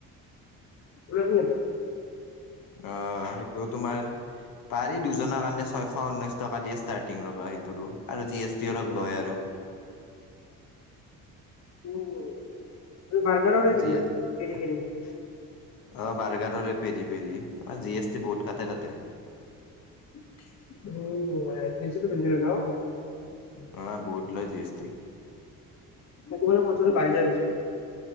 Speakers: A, on the left; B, on the left.
A: ওলাইছে নেকি।
B: অ', সেইটো তোমাৰ পাৰি দুজনৰ কাৰণে ছয়শ ঊনৈশ টকা দিয়ে ষ্টাৰ্টিং কৰা সেইটো আৰু জি এছ অলপ লয় আৰু।
A: <unintelligible> নেকি
B: যিয়ে অ',
A: বাৰ্গাৰ বিচাৰে উম
B: বাৰ্গাৰৰ পেৰি পেৰি তাৰমানে জি এছ টি বহুত কাটে তাতে।
A: <unintelligible> ন
B: অ', বহুত লয় জি এছ টি।
A: মোক কব <unintelligible>